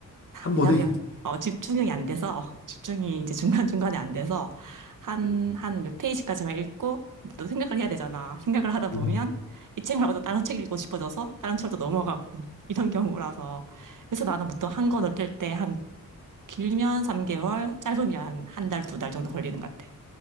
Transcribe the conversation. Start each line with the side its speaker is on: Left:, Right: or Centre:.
Left: 한
Right: 왜냐면,
Left: 번에
Right: 어, 집중력이 안 돼서, 어, 집중이 이제 중간중간에 안 돼서, 한,
Left: 음,
Right: 한 몇 페이지까지만 읽고, 또 생각을 해야 되잖아. 생각을 하다 보면,
Left: 어,
Right: 이 책 말고 또 다른 책 읽고 싶어져서, 다른 책으로 또 넘어가고, 이런 경우라서. 그래서 나는 보통 한 권 읽을 때한 길면 3개월, 짧으면 한 달, 두 달 정도 걸리는 것 같아.